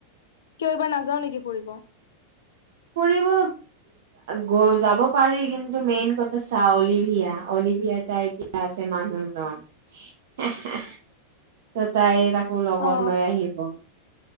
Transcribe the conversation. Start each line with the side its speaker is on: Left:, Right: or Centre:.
Left: কিয় এইবাৰ নাযাও নেকি ফুৰিব
Right: ফুৰিব গ যাব পাৰি কিন্তু মেইন কথা চা অলিভিয়া অলি তটা এতিয়া আছে মানুহজন <unintelligible> ত তাই তাক মোৰ লগত
Left: অ
Right: লৈ আহিব।